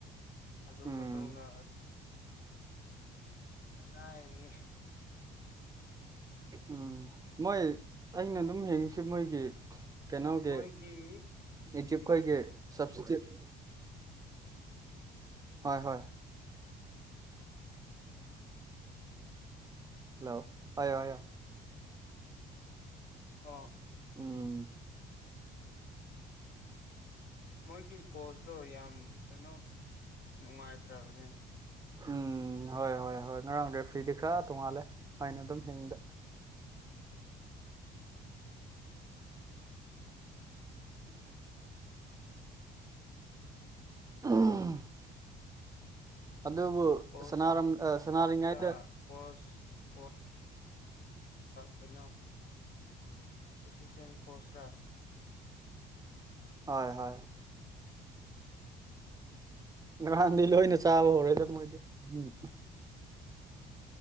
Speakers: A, on the left; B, on the right.
A: ꯑꯗꯨ
B: ꯎꯝ
A: ꯃꯇꯨꯡꯗ ꯀꯗꯥꯏꯗꯒꯤ
B: ꯎꯝ ꯃꯣꯏ ꯑꯩꯅ ꯑꯗꯨꯝ ꯍꯡꯉꯁꯤ ꯃꯣꯏꯒꯤ ꯀꯩꯅꯣꯒꯤ
A: ꯃꯣꯏꯒꯤ
B: ꯏꯖꯤꯞ
A: ꯃꯣꯏꯒꯤ
B: ꯈꯣꯏꯒꯤ ꯁꯞꯁꯁꯤꯇꯤꯌꯨꯠ ꯍꯣꯏ ꯍꯣꯏ ꯍꯜꯂꯣ <unintelligible>
A: ꯑꯣ
B: ꯎꯝ
A: ꯃꯣꯏꯒꯤ ꯀꯣꯁꯇꯣ ꯌꯥꯝ ꯀꯩꯅꯣ ꯅꯨꯡꯉꯥꯏꯇ꯭ꯔꯕꯅꯦ
B: ꯎꯝ ꯍꯣꯏ ꯍꯣꯏ ꯍꯣꯏ ꯉꯔꯥꯡꯗꯤ ꯐ꯭ꯔꯤꯗꯤ ꯈꯔ ꯇꯣꯡꯉꯥꯜꯂꯦ ꯍꯥꯏꯅ ꯑꯗꯨꯝ ꯍꯤꯡꯗ
A: <inaudible>
B: ꯎꯝ ꯑꯗꯨꯕꯨ
A: ꯀꯣꯁ
B: ꯁꯅꯥꯔꯝ ꯁꯅꯥꯔꯤꯉꯩꯗ
A: ꯀ ꯀꯣꯁ ꯀꯣꯣ ꯀꯩꯅꯣ ꯑꯦꯁꯤꯁꯇꯦꯟ ꯀꯣꯆꯔ
B: ꯍꯣꯏ ꯍꯣꯏ ꯉꯔꯍꯥꯟꯗꯤ ꯂꯣꯏꯅ ꯆꯥꯕ ꯍꯧꯔꯣꯏꯦꯗꯕ ꯃꯣꯏꯗꯤ ꯎꯝ